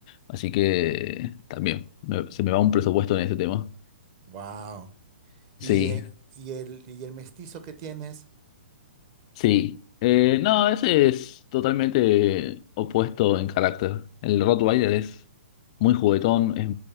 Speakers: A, on the left; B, on the right.
A: Así que también me- se me va un presupuesto en ese tema.
B: Wow. Y,
A: Sí,
B: eh, y el, y el mestizo que tienes.
A: sí. Eh, no, ese es totalmente opuesto en carácter. El Rottweiler es muy juguetón, es-